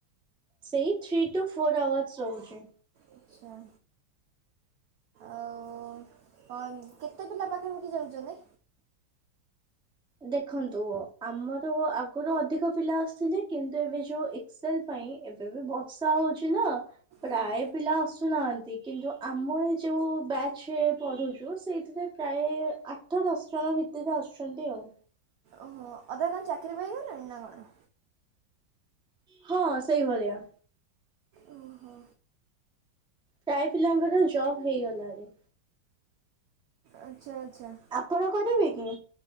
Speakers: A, in the centre; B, on the right.
A: ସେଇ ଥ୍ରୀ ଟୁ ଫୋର ଆୱାର୍ସ ରହୁଚି।
B: ଆଚ୍ଛା। ଆଉ ହ କେତେ ପିଲା ପାଖାପାଖି ଯାଉଚନ୍ତି?
A: ଦେଖନ୍ତୁ ଆମର ଆଗରୁ ଅଧିକ ପିଲା ଆସୁଥିଲେ କିନ୍ତୁ ଏବେ ଯୋଉ ଏ ସେଲ ପାଇଁ ଏବେ ବି ବର୍ଷା ହଉଚି ନାଁ ପ୍ରାୟ
B: ହଁ
A: ପିଲା ଆସୁନାହାଁନ୍ତି କିନ୍ତୁ ଆମ ଏ ଯୋଉ ବ୍ୟାଚରେ ପଢୁଚୁ ସେଇଥିରେ ପ୍ରାୟ ଆଠ ଦଶ ଜଣ ଭିତରେ ଆସୁଚନ୍ତି ଆଉ।
B: ଓହୋ ଅଧା କଣ ଚାକିରି ପାଇଗଲେଣି ନା କଣ?
A: ହଁ ସେଇଭଳିଆ।
B: ଓହୋ
A: ପ୍ରାୟ ପିଲାଙ୍କର ଜବ୍ ହେଇଗଲାଣି।
B: ଆଚ୍ଛା ଆଚ୍ଛା।
A: ଆପଣ କରିବେ କି?